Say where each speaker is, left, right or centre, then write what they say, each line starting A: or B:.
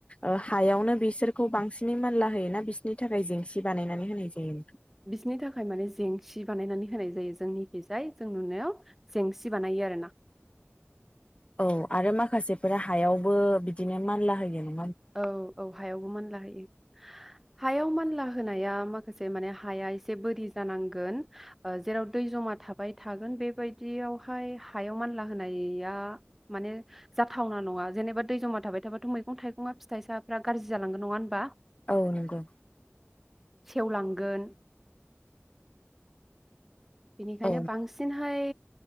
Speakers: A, on the left (about 30°); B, in the centre.
A: ओ हायावनो बिसोरखौ बांसिनै मानला होयोना बिसोरनि थाखाय जेंसि बानायनानै होनाय जायो।
B: बिसिनि थाखाय माने जेंसि बानायनानै होनाय जायो जोंनिखिजाय जों नुनायाव जेंसि बानायो आरोना।
A: औ आरो मा खासेफोरा हायावबो बिदिनो मानला होयोमोन।
B: औ औ हायावबो मानलाहोयो। हायाव मानला होनाया माखासे माने हाया एसे बोरि जानांगोन ओ जेराव दै जमा थाबाय थागोन बेबायदियावहाय हायाव मानला होनाया माने जाथावना नङा जेनेबा दै जमा थाबाय थाबाथ' मैगं थाइगं ङा फिथाइ साफ्रा गाज्रि जालांगोन नङा होनबा?
A: औ नंगौ।
B: सेवलांगोन बेनिखायनो
A: औ
B: बांसिन हाय